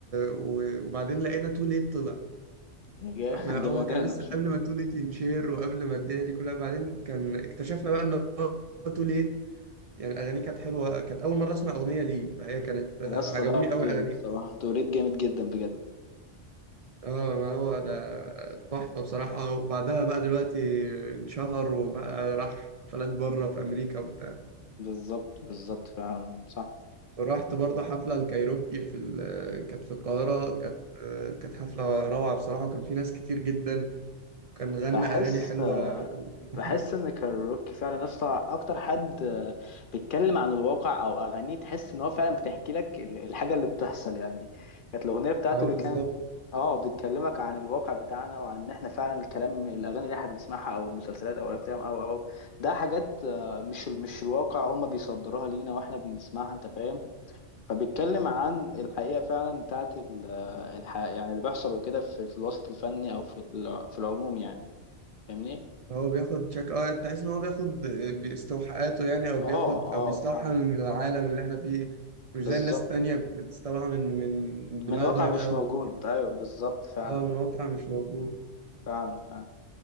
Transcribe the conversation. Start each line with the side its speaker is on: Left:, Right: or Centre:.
Right: و- وبعدين لقينا تو ليت طلع
Left: <laughs>
Right: احنا هو
Left: جامدانه
Right: كان لسه قبل ما تو ليت ينشهر وقبل ما الدنيا دي كلها بعدين كان اكتشفنا بقى ان هو تو ليت يعني اغانيه كانت حلوه كانت اول مره اسمع اغنيه ليه فهي كانت آه،
Left: يا اسطى
Right: عجبوني
Left: لا هو
Right: قوي
Left: جامد
Right: اغانيه
Left: الصراحة توليد جامد جدا بجد
Right: اه ما هو ده تحفه بصراحه وبعدها بقى دلوقتي انشهر وبقى راح حفلات بره في امريكا وبتاع
Left: بالظبط بالظبط فعلا صح
Right: ورحت برضه حفله الكايروكي في ال... كانت في القاهره كانت آه، كانت حفله روعه بصراحه وكان في ناس كتير جدا كان غنى
Left: بحس
Right: اغاني حلوه
Left: آه،
Right: وكل
Left: بحس
Right: حاجه
Left: ان كاروكي فعلا يا اسطى اكتر حد آه، بيتكلم عن الواقع او اغانيه تحس ان هو فعلا بتحكي لك ال- الحاجة اللي بتحصل يعني كانت الاغنية بتاعته
Right: اه
Left: اللي
Right: بالظبط
Left: كان اه بتكلمك عن الواقع بتاعنا وعن ان احنا فعلا الكلام الاغاني اللي احنا بنسمعها او المسلسلات او الافلام او او أو. ده حاجات آه، مش مش الواقع هم بيصدروها لينا واحنا بنسمعها انت فاهم فبيتكلم عن الحقيقة فعلا بتاعت ال- الحقيقة يعني اللي بيحصل وكده في, في الوسط الفني أو في, ال- في العموم يعني فاهمني؟
Right: هو بياخد شك اه تحس ان هو بياخد باستوحاءاته يعني او
Left: اه
Right: بياخد او
Left: اه
Right: بيستوحى
Left: فعلا
Right: من العالم اللي احنا فيه مش
Left: بالظبط
Right: زي الناس التانية بتستوحى من من دماغها
Left: من واقع مش
Right: و...
Left: موجود أيوه بالظبط فعلا
Right: اه من واقع مش موجود
Left: فعلا فعلا